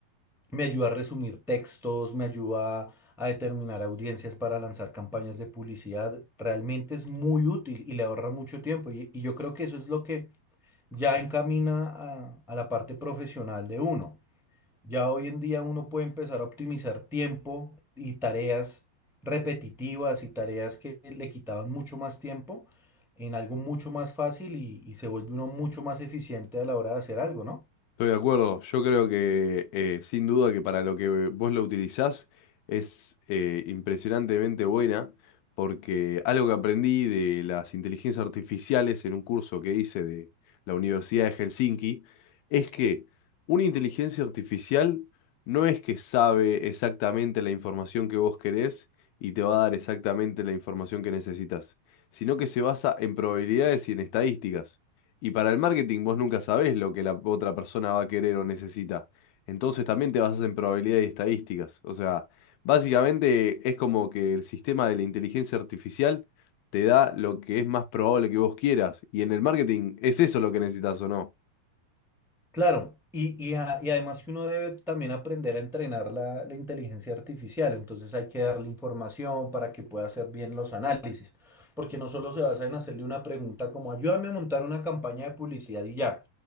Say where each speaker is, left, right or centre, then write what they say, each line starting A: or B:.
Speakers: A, in the centre; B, on the left (about 80°).
A: Me ayuda a resumir textos, me ayuda a determinar audiencias para lanzar campañas de publicidad. Realmente es muy útil y le ahorra mucho tiempo. Y, y yo creo que eso es lo que ya encamina a, a la parte profesional de uno. Ya hoy en día uno puede empezar a optimizar tiempo y tareas repetitivas y tareas que le quitaban mucho más tiempo en algo mucho más fácil y, y se vuelve uno mucho más eficiente a la hora de hacer algo, ¿no?
B: Estoy de acuerdo. Yo creo que eh, sin duda que para lo que vos lo utilizás es eh, impresionantemente buena, porque algo que aprendí de las inteligencias artificiales en un curso que hice de la Universidad de Helsinki es que una inteligencia artificial no es que sabe exactamente la información que vos querés y te va a dar exactamente la información que necesitas, sino que se basa en probabilidades y en estadísticas. Y para el marketing vos nunca sabés lo que la otra persona va a querer o necesita. Entonces también te basas en probabilidades y estadísticas. O sea, básicamente es como que el sistema de la inteligencia artificial te da lo que es más probable que vos quieras. Y en el marketing es eso lo que necesitas o no.
A: Claro, y, y, a- y además que uno debe también aprender a entrenar la, la inteligencia artificial, entonces hay que darle información para que pueda hacer bien los análisis, porque no solo se basa en hacerle una pregunta como ayúdame a montar una campaña de publicidad y ya,